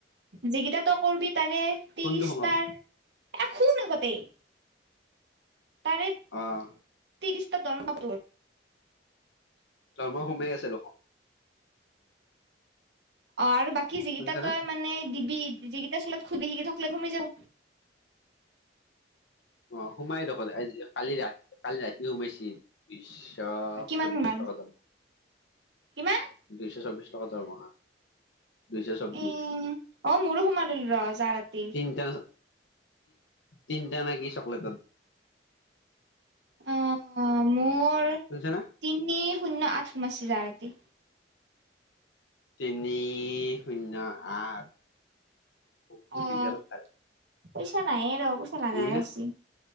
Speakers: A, on the right; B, on the left.
A: যিকেইটাতো কৰবি তাৰে ত্ৰিশ
B: কোনটো সোমাব
A: তাৰ, এখ আগতে তাৰে
B: অহ।
A: <unintelligible>
B: দৰমহা সোমাই আছে দেখোন
A: অ আৰু বাকী যিকিটা
B: শুনছানে
A: তই মানে দিবি, যিকিটা আচলত খুবি শিকি থাকলেে ঘমি যাও,
B: অ সোমাই দেখোন আ কালি ৰা কালি ৰাতি সোমাইছিল। বিশ শ
A: কিমান
B: চব্বিশ
A: সোমাল
B: টকা দাম
A: কিমান
B: দুশ চাব্বিশ, টকা দৰমহা। দুইশ চব্বিশ,
A: এ অ মোৰো সোমাল ৰ যা ৰাতি
B: তিনিটা তিনিটা নাকি চকলেটন,
A: অ', মোৰ
B: শুনিছা না
A: তিনি শূন্য আঠ সোমাইছে জাৱা ৰাতি।
B: তিনি শূন্য আঠ। <unintelligible>
A: অ', পইচা নাই এ ৰ পইচা লাগাই
B: দিবি না
A: হৈছি।